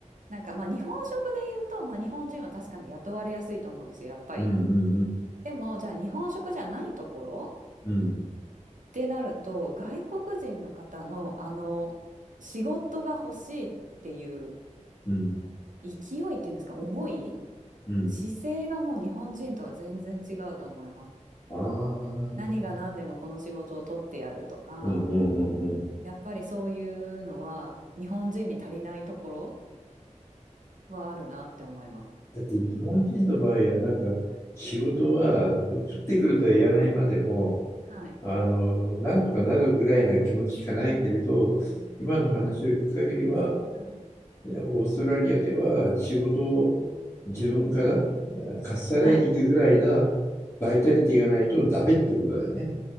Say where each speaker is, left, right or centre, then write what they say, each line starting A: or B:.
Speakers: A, on the right; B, on the left.
A: なんかまあ日本食で言うと、まあ、日本人は確かに雇われやすいと思うんですよ、やっぱり。
B: うんうん
A: でも、じゃあ日本食じゃないところ
B: うん
A: ってなると、外国人の方のあの仕事が欲しいっていう
B: うん
A: 勢いっていうんですか、思い、
B: うん。
A: 姿勢がもう日本人とは全然違うと思います。
B: ああー、
A: 何が何でもこの仕事を取ってやるとか、
B: うんうんうんうん。
A: やっぱりそういうのは日本人に足りないところはあるなって思います。
B: だって日本人の場合は、なんか仕事は降ってくるとは言わないまでも、
A: はい
B: あの、なんとかなるぐらいな気持ちしかないけれど、
A: うんうんうん
B: 今の話を聞く限りは、
A: はい。
B: いや、オーストラリアでは仕事を自分からえーかっさらいに行くぐらいな
A: はい。
B: バイタリティがないとダメってことだよね。